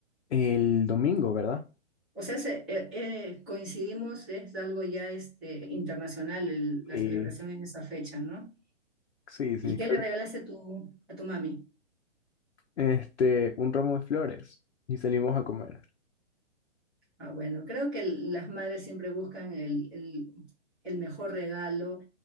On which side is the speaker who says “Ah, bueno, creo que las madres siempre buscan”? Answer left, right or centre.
Centre